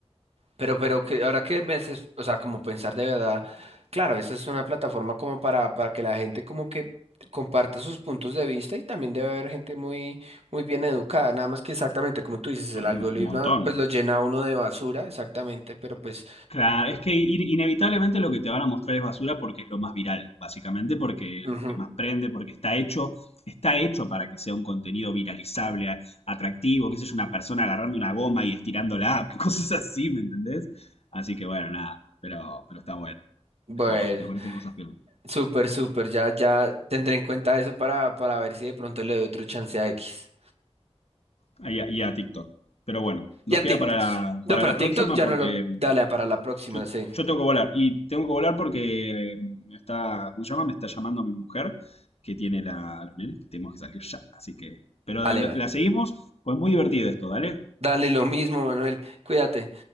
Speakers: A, on the right; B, on the left.
A: Pero, pero que ahora que me haces, o sea, como pensar de verdad, claro, esa es una plataforma como para, para que la gente como que comparta sus puntos de vista y también debe haber gente muy, muy bien educada, nada más que exactamente como tú dices, el
B: un
A: algoritmo
B: un montón.
A: pues lo llena a uno de basura, exactamente, pero pues
B: Claro, es que ir- inevitablemente lo que te van a mostrar es basura porque es lo más viral, básicamente, porque
A: Ujú.
B: es lo que más prende, porque está hecho, está hecho para que sea un contenido viralizable, a- atractivo, qué sé yo, una persona agarrando una goma y estirándola, <laughs> cosas así, ¿me entendés? Así que bueno, nada, pero, pero está bueno,
A: Bueno,
B: está bueno, te aparecen cosas peor.
A: súper, súper. Ya, ya tendré en cuenta eso para, para ver si de pronto le doy otro chance a X.
B: Y a, y a TikTok. Pero bueno, nos
A: Y a
B: queda
A: TikTok.
B: para la,
A: No,
B: para
A: para
B: la
A: TikTok
B: próxima
A: ya
B: porque
A: no lo. Dale, para la próxima,
B: Yo,
A: sí.
B: yo tengo que volar y tengo que volar porque eh, me está, ¿cómo se llama? Me está llamando mi mujer que tiene la, a los nenes que tenemos que salir ya. Así que, pero
A: Vale,
B: la,
A: vale.
B: la seguimos, pues muy divertido esto, ¿dale?
A: Dale lo mismo, Manuel. Cuídate.